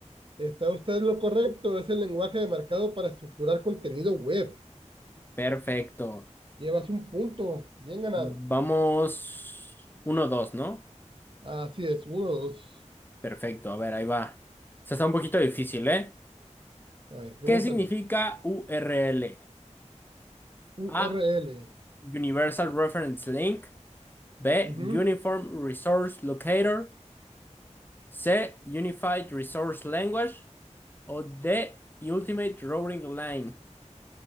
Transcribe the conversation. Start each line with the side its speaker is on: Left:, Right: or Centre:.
Right: Está usted en lo correcto, es el lenguaje de mercado para estructurar contenido web.
Left: Perfecto.
Right: Llevas un punto, bien ganado.
Left: Vamos uno dos, ¿no?
Right: Así es, uno, dos.
Left: Perfecto, a ver, ahí va. Se está un poquito difícil, ¿eh?
Right: A ver, pregúntame.
Left: ¿Qué significa URL?
Right: URL.
Left: A. Universal Reference Link. B.
Right: Ujú.
Left: Uniform Resource Locator. C. Unified Resource Language. o D, Ultimate Routing Line,